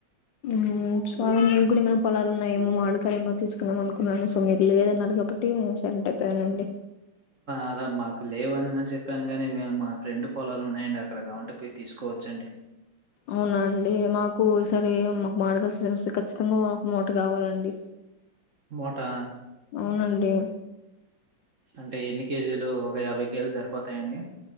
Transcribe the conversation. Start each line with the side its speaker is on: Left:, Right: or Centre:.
Left: హు సో మి కూడా ఏమైనా పొలాలు ఉన్నా ఏమో మామిడి ఏమో తీసుకున్నాం అనుకున్నాను సో మీరు లేదన్నారు కాబట్టి నేను సైలెంట్ అయిపోయానండి
Right: అలా మాకు లేవని అని చెప్పాను కాగానీ మా ఫ్రెండ్ పొలాలు ఉన్నాయండి అక్కడ కావాలంటే పోయి తీసుకోవచ్చండి.
Left: అవునా అండి మాకు సరే మాకు మామిడి కాయలు తెస్తే ఖచ్చితంగా మూట కావాలండి.
Right: ముఠా
Left: అవునండి
Right: అంటే ఎన్ని కేజీలు ఒక యాభై కేజీలు సరిపోతాయండి.